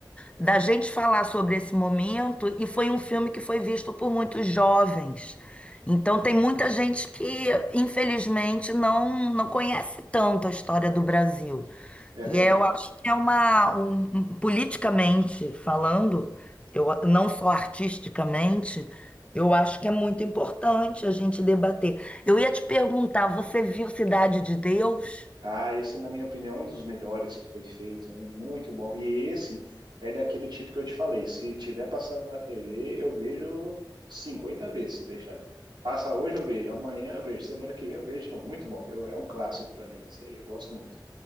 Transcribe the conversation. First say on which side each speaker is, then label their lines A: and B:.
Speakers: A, on the left; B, on the right.
A: da gente falar sobre esse momento, e foi um filme que foi visto por muitos jovens. Então, tem muita gente que, infelizmente, não, não conhece tanto a história do Brasil.
B: É
A: E
B: verdade.
A: é, eu acho que é uma, um- um- politicamente falando, eu, não só artisticamente, eu acho que é muito importante a gente debater. Eu ia te perguntar, você viu Cidade de Deus?
B: Ah, esse, na minha opinião, é um dos melhores que foi feito, né? Muito bom. E esse é daquele tipo que eu te falei. Se tiver passando na TV, eu vejo 50 vezes, se deixar. Passa hoje, eu vejo. Amanhã eu vejo. Semana que vem eu vejo de novo. Muito bom. Eu- é um clássico para mim esse aí. Eu gosto muito.